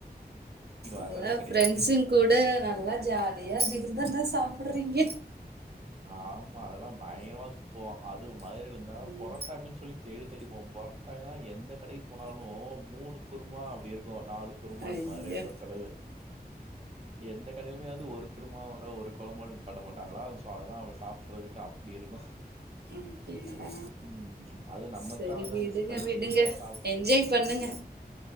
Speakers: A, on the right; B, on the right.
A: எல்லா
B: வர்றதே கிடையாது.
A: ஃபிரண்ட்ஸுங்கூட நல்லா ஜாலியா ஜிகர்தண்டா சாப் பிடறீங்க
B: ஆமா அதெல்லா பயங்கரமா சுத்துவோ அது மதுரில இருந்தா
A: ம்
B: பொரட்டாக்குன்னு சொல்லி தேடி தேடி போவோ பொரட்டா எல்லா எந்த கடைக்கு போனாலு மூணு குருமா அப்படி இருக்கு நாலு குருமான்
A: ஐயா
B: மதுரைய பொறுத்தளவு எந்த கடையிலுமே வந்து ஒரு குருமாவோட ஒரு கொழம்போட நிப்பாட்ட மாட்டாங்களா அவ சாப்படுறதுக்கு அப்படி இருக்கும்
A: அப்படிங்களா
B: உம் அது நமக்கா
A: சரி
B: வந்து
A: விடுங்க
B: அந்த ஸ்பைசியஸா
A: விடுங்க
B: சாப்பிடு
A: என்ஜாய் பண்ணுங்க